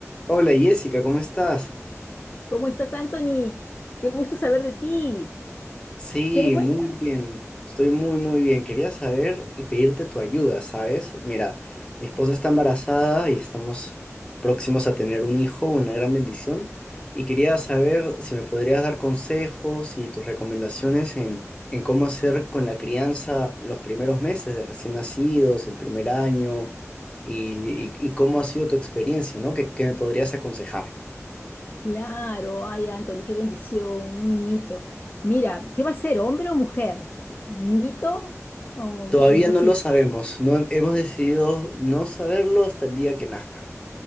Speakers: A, on the left (about 20°); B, on the left (about 35°).
A: Hola Jessica, ¿cómo estás?
B: ¿Cómo estás, Anthony? Qué gusto saber de ti.
A: Sí,
B: ¿Qué me cuentas?
A: muy bien. Estoy muy, muy bien. Quería saber y pedirte tu ayuda, ¿sabes? Mira, mi esposa está embarazada y estamos próximos a tener un hijo, una gran bendición. Y quería saber si me podrías dar consejos y tus recomendaciones en, en cómo hacer con la crianza los primeros meses de recién nacidos, el primer año, y, y- y cómo ha sido tu experiencia, ¿no? ¿Qué, qué me podrías aconsejar?
B: Claro, ay, Anthony, qué bendición, un niñito. Mira, ¿qué va a ser, hombre o mujer? ¿Niñito o mujercita?
A: Todavía no lo sabemos, no hemos decidido no saberlo hasta el día que nazca.